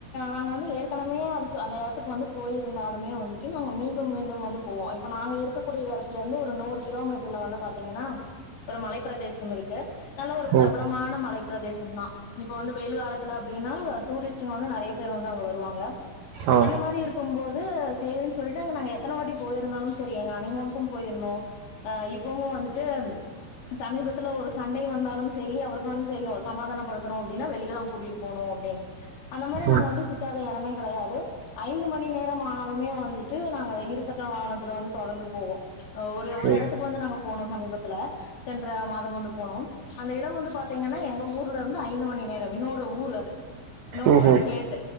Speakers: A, on the left; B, on the right.
A: நாங்க வந்து ஏற்கனவே அதுக்கு அந்த எடத்துக்கு வந்து போயிருந்தாலுமே வந்துட்டு நாங்க மீண்டும் மீண்டும் வந்து போவோ இப்ப நாங்க இருக்கக்கூடிய எடத்துல இருந்து ஒரு நூறு கிலோமீட்டர்ல வந்து பாத்தீங்கன்னா ஒரு மலைப் பிரதே சம் இருக்கு நல்ல ஒரு பிரபலமான
B: ஓ
A: மலை பிரதேசம் தா இப்ப வந்து வெயில் காலத்துல அப்படின்னா டூரிஸ்டுங்க வந்து நெறைய பேர் வந்து அங்க வருவாங்க
B: ஆ
A: அந்த மாறி இருக்கும் போது சேரின்னு சொல்ட்டு அங்க நாங்க எத்தனை வாட்டி போயிருந்தாலு சேரி எங்க அனிமூனுக்கும் போயிருந்தோ அ இப்பவு வந்துட்டு சமீபத்து ல ஒரு சண்டை வந்தாலும் சேரி அவருக்கு வந்து தெரியு சமாதானப்படுத்தணு அப்டின்னா வெளியதா கூட்டிட்டு போணு அப்டின்னு அந்த மாறி நாங்க
B: ம்
A: வந்து சுத்தாத எடமே கிடையாது ஐந்து மணி நேரம் ஆனாலுமே வந்துட்டு நாங்க இருசக்கர வாகனத்துல வந்து தொடர்ந்து போவோ அ ஒரே ஒரு
B: ஓ
A: இடத்துக்கு வந்து நாங்க போனோ சமீபத்துல சென்ற மா தம் போனோ அந்த இடம் வந்து பாத்தீங்கன்னா எங்க ஊர்ல இருந்து ஐந்து மணி நேரம் இன்னொரு ஊர் அது இன்னொரு
B: ஓஹோ
A: ஒரு ஸ்டேட்டு